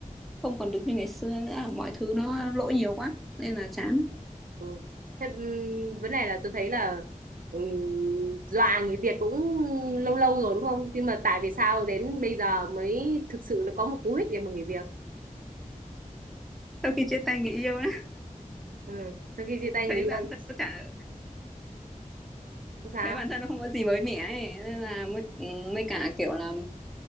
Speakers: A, in the centre; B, on the right.
A: không còn được như ngày xưa nữa mọi thứ nó lỗi nhiều quá nên là chán
B: Ừ. Thế ừm, vấn đề là tôi thấy là ừm, dọa người Việt cũng lâu lâu rồi đúng không? Nhưng mà tại vì sao đến bây giờ mới thực sự là có một cú hích để mà người Việt.
A: sau khi chia tay người yêu á,
B: Ừ. Sau khi chia tay
A: thấy
B: người yêu,
A: bản thân nó chả
B: không sao?
A: thấy bản thân nó không có gì mới mẻ ấy nên là mới ừ, mới cả kiểu là